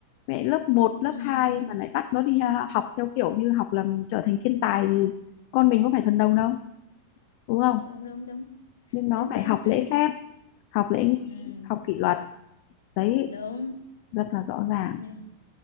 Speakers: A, on the left; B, on the left.
A: mẹ lớp một,
B: ừ,
A: lớp 2 mà lại bắt nó đi ha- học theo kiểu như học làm trở thành thiên tài thì con mình có phải thần đồng đâu đúng không
B: đúng đúng đúng
A: nhưng nó
B: chính
A: phải
B: xác
A: học lễ phép học lễ nghi
B: ừ,
A: học kỷ luật đấy
B: đúng
A: rất là rõ ràng
B: như